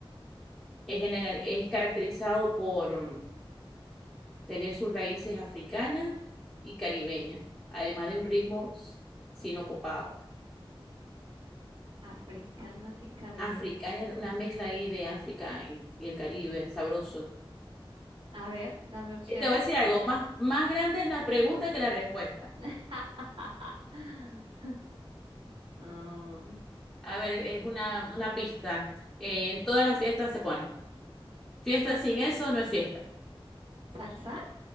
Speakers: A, in the centre; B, on the right (about 65°).
A: es, general- es caracterizado por mm, tener sus raíces africanas y caribeñas, además de un ritmo s- sinocopado?
B: Africanas y caribeñas.
A: Africana, una mezcla ahí de África y, y el Caribe, sabroso.
B: A ver, dame opciones.
A: Y Te voy a decir algo, más, más grande es la pregunta que la respuesta.
B: <laughs> Ah,
A: A ver, es una, una pista. Eh, en todas las fiestas se pone. Fiesta sin eso no es fiesta.
B: ¿salsa?